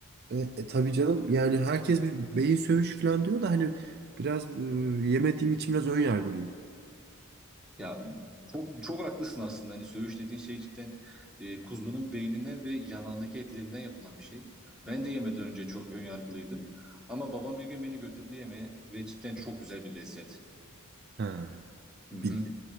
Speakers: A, on the right (about 45°); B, in the centre.
A: E, e, tabii canım yani herkes bir beyin sövüş falan diyor da hani biraz e, yemediğim için biraz ön yargılıyım.
B: Ya çok çok haklısın aslında. Hani söğüş dediğin şey cidden e, kuzunun beyninden ve yanağındaki etlerinden yapılan bir şey. Ben de yemeden önce çok ön yargılıydım. Ama babam bir gün beni götürdü yemeğe ve cidden çok güzel bir lezzet.
A: Ha.
B: Hı hı.
A: Bir-